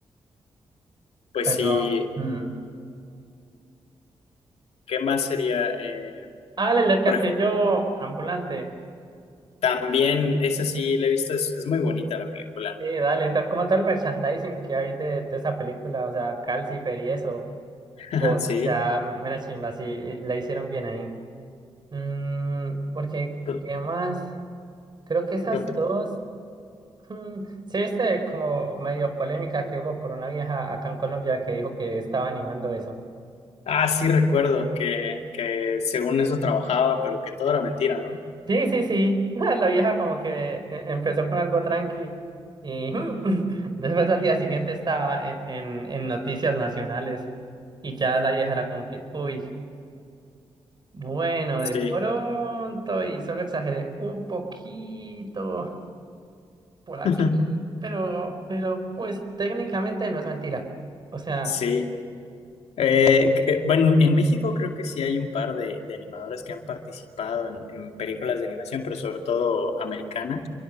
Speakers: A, on the right; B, on the left.
A: <laughs>
B: Pues
A: Pero,
B: sí,
A: mm.
B: ¿qué más sería? Eh,
A: Ah, el del castillo
B: por ej-
A: ambulante.
B: también, esa sí la he visto, es, es muy bonita la película.
A: Sí, dale, to- como todo el merchandising que hay de, de esa película, o sea, Calcifer y eso,
B: <laughs>
A: God,
B: Sí.
A: o sea, mera chimba, sí, eh, la hicieron bien ahí. Mm, porque, ¿qué
B: Tot-
A: más? Creo que esas
B: Tot-
A: dos, mm, sí, viste como medio polémica que hubo por una vieja acá en Colombia que dijo que estaba animando eso.
B: Ah, sí recuerdo que, que según eso trabajaba, pero que todo era mentira, ¿no?
A: Sí, sí, sí. <laughs> La vieja como que eh, empezó con algo tranqui y <laughs> después al día siguiente estaba en, en, en noticias nacionales y ya la vieja era como que, uy, bueno,
B: Sí.
A: de pronto y solo exageré un poquito por aquí,
B: <laughs>
A: pero, pero pues técnicamente no es mentira. O sea,
B: Sí. Eh, que- eh, bueno, en México creo que sí hay un par de, de animadores que han participado en, en películas de animación, pero sobre todo americana.